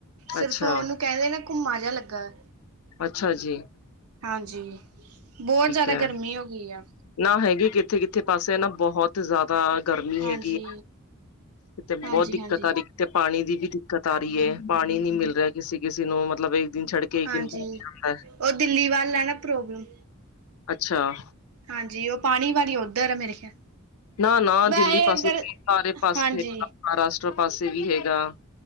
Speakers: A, on the left; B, on the right.
A: ਅੱਛਾ,
B: ਸਿਰਫ ਓਹਨੂੰ ਕੈਂਦੇ ਨਾ ਘੁੰਮਾ ਜੇਆ ਲੱਗਾ ਐ
A: ਅੱਛਾ-ਜੀ
B: ਹਾਂਜੀ, ਬੋਤ ਜਾਦਾ
A: ਹੈ,
B: ਗਰਮੀ ਹੋ ਗਈ ਐ।
A: ਨਾ, ਹੈਗੀ ਕਿੱਥੇ-ਕਿੱਥੇ ਪਾਸੇ ਨਾ ਬੋਹੋਤ ਜ਼ਾਦਾ ਗਰਮੀ
B: ਹਾਂਜੀ
A: ਹੈਗੀ ਏ, ਇੱਥੇ
B: ਹਾਂਜੀ
A: ਬੋਤ ਦਿੱਕਤ
B: ਹਾਂਜੀ
A: ਆ ਰੀ ਤੇ ਪਾਨੀ ਦੀ ਵੀ ਦਿੱਕਤ ਆ ਰੀ ਏ। ਪਾਨੀ ਨੀ ਮਿਲ ਰਿਆ ਕਿਸੀ ਕਿਸੀ ਨੂੰ, ਮਤਲਬ ਏਕ ਦਿਨ ਛੱਡ ਕੇ ਇੱਕ
B: ਹਾਂਜੀ,
A: ਦਿਨ ਪਾਣੀ ਆਉਂਦਾ
B: ਓ ਦਿੱਲੀ ਵਾਲਾ ਐ ਨਾ ਪ੍ਰੋਬਲਮ
A: ਅੱਛਾ
B: ਹਾਂਜੀ, ਓ ਪਾਨੀ ਵਾਲੀ ਓਦਰ ਐ, ਮੇਰੇ ਖਿਆਲ
A: ਨਾ-ਨਾ,
B: ਵੈਸੇ
A: ਦਿੱਲੀ ਪਾਸੇ
B: ਅਗਰ
A: ਵੀ ਸਾਰੇ ਪਾਸੇ
B: ਹਾਂਜੀ
A: ਹੈਗਾ। ਮਹਾਰਾਸ਼ਟਰ ਪਾਸੇ ਵੀ ਹੈਗਾ